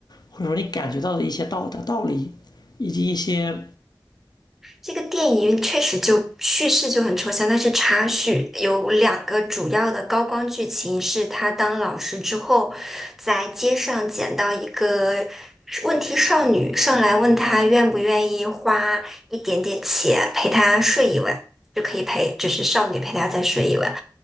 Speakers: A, on the left; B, in the centre.
A: 或者说你感觉到的一些道的道理，以及一些
B: 这个电影确实就叙事就很抽象，但是插叙有两个主要的高光剧情是他当老师之后，在街上捡到一个问题少女，上来问他愿不愿意花一点点钱陪她睡一晚，就可以陪，就是少女陪她再睡一晚。